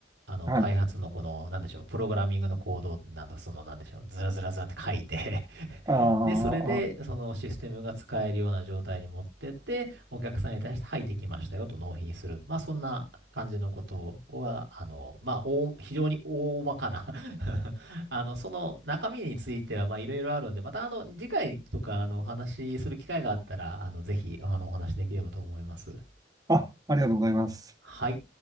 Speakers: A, on the right (about 75°); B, on the right (about 20°).
A: あの、
B: はい
A: 開発のこの、なんでしょう、プログラミングのコード、なんだ、その、なんでしょう、ずらずらずらって書いて
B: あー
A: で、それで、そのシステムが使えるような状態に持ってって、お客さんに対して、はい、できましたよと納品する。まあ、そんな感じのことは、あの、まあ、大非常に大まかな <laughs> あの、その中身については、まあ、いろいろあるんで、また、あの、次回とか、あの、お話しする機会があったら、あの、ぜひ、あの、お話しできればと思います。
B: あー、あ、ありがとうございます。
A: はい。